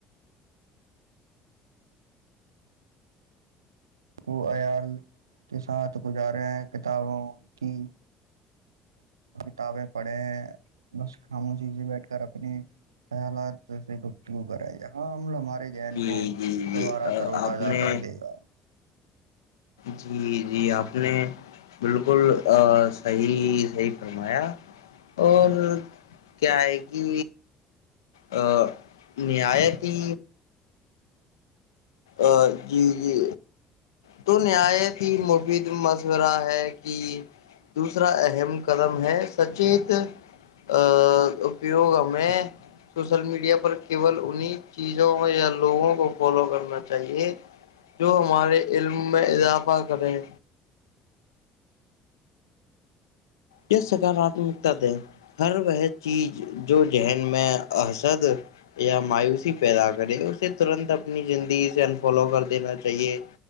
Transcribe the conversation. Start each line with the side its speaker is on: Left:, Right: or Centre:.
Right: کو عیال کے ساتھ گزارے کتابوں کی کتابیں پڑھے بس خاموشی سے بیٹھ کر اپنی خیالات سے گفتگو کرائے جا ہاں ہم ہمارے ذہن
Left: جی
Right: کو
Left: جی
Right: دوبارہ
Left: جی
Right: تروتا
Left: آپ نے
Right: جا کر دے گا
Left: جی جی آپ نے بالکل ا صحیح صحیح فرمایا اور کیا ہے کہ ا نہایتی ا جی جی تو نہایتیں مفید مشورہ ہے کہ دوسرا اہم قدم ہے سچیت ا اپیوگ ہمیں سوشل میڈیا پر کیول انہیں چیزوں یا لوگوں کو فالو کرنا چاہیے جو ہمارے علم میں اضافہ کرے یہ سکاراتمکتا ہے ہر وہ چیز جو ذہن میں ا حسد یا مایوسی پیدا کرے اسے ترنت اپنی زندگی سے انفالو کر دینا چاہیے